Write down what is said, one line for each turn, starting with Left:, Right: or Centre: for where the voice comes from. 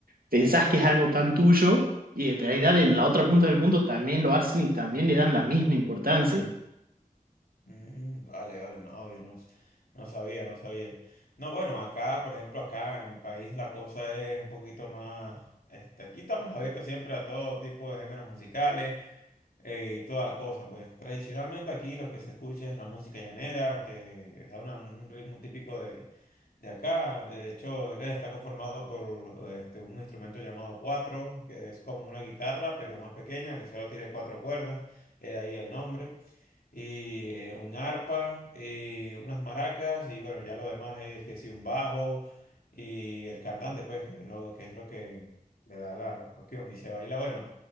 Right: pensás que es algo tan tuyo y en realidad en la otra punta del mundo también lo hacen y también le dan la misma importancia.
Left: Mm, vale, vale, no, yo no, no sabía, no sabía. No, bueno, acá, por ejemplo, acá en mi país la cosa es un poquito más, este, aquí estamos abiertos siempre a todo tipo de géneros musicales eh, y toda la cosa, pues tradicionalmente aquí lo que se escucha es la música llanera, que es una- un ritmo típico de, de acá, de hecho eh, está conformado por este, un instrumento llamado cuatro, que es como una guitarra, pero más pequeña, que solo tiene cuatro cuerdas, eh, de ahí el nombre y eh, un arpa, eh, unas maracas y bueno, ya lo demás es que sí, un bajo y el cantante, pues, que es lo que, es lo que le da la cuestión. Y se baila, bueno,